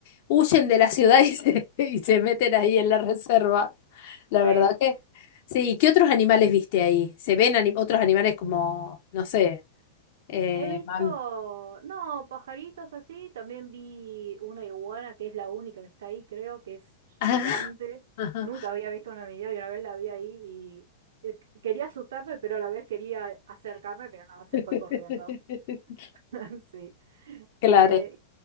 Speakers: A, on the left; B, on the right.
A: huyen de la ciudad y se, <laughs> y se meten ahí en la reserva. La
B: sí.
A: verdad que... Sí, ¿qué otros animales viste ahí? ¿Se ven ani- otros animales como, no sé, eh,
B: He visto,
A: mam-
B: no, pajaritos así, también vi una iguana que es la única que está ahí, creo que es gigante.
A: <laughs> ajá.
B: Nunca había visto una en mi vida y una vez la vi ahí y eh, qu- quería asustarme, pero a la vez quería acercarme, pero nada, se
A: <laughs>
B: fue corriendo. <laughs> Sí.
A: Claro,
B: Eh,